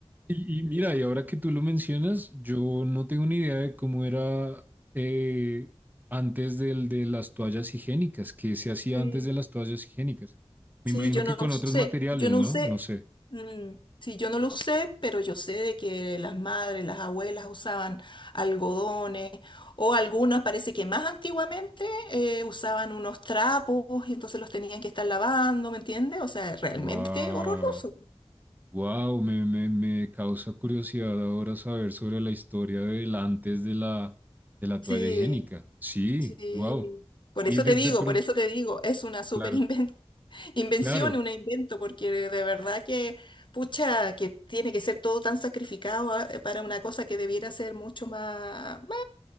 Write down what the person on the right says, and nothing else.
Y, y mira, y ahora que tú lo mencionas, yo no tengo ni idea de cómo era eh, antes del de las toallas higiénicas, qué se hacía
antes de las toallas higiénicas. Me
imagino
que
con
otros materiales,
¿no?
No sé.
Wow,
wow, me, me, me causa curiosidad ahora saber sobre la historia del antes de la, de la
toalla higiénica. Sí,
wow.
Y
de,
de pronto,
claro.
Claro,